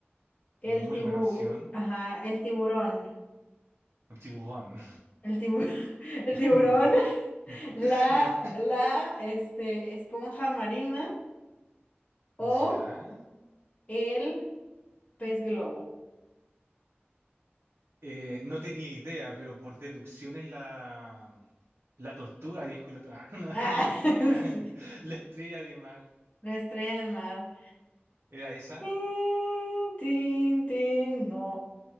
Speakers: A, on the left (about 35°); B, on the right (about 75°).
A: El
B: Muy
A: tibu,
B: buena opción.
A: ajá, el tiburón.
B: El tiburón.
A: El tiburón, <laughs> el
B: <laughs>
A: tiburón, <laughs> la,
B: Ya.
A: la, este, esponja marina o
B: Ya.
A: el pez globo.
B: Eh, no tenía idea, pero por deducción es la, la tortuga, dijo el otro. <laughs> Ah, no,
A: Ah,
B: es la estrella.
A: <laughs>
B: La estrella de mar.
A: la estrella de mar.
B: ¿Era esa?
A: Tin, tin, tin, no,